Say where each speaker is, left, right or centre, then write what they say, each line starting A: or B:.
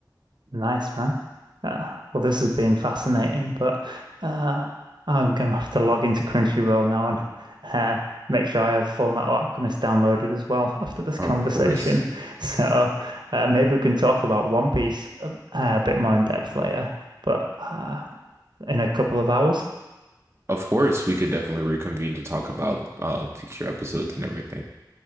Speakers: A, on the right (about 75°); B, on the right (about 35°).
A: Nice, man. Uh, well, this has been fascinating, but uh, I'm gonna have to log into Crunchyroll now and uh, make sure I have Full Metal Alchemist downloaded as well <laughs> after this
B: of
A: conversation.
B: course.
A: <laughs> So, uh, maybe we can talk about One Piece a, a bit more in depth later. But uh, in a couple of hours.
B: Of course, we could definitely reconvene to talk about uh, future episodes and everything.